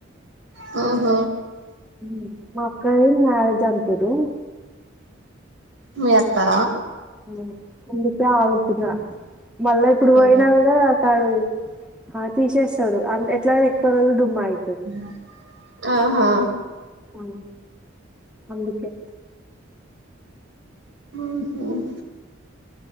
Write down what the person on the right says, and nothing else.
హ్మ్
మీ అక‌్క
అవును
హ్మ్ ఆహా
హ్మ్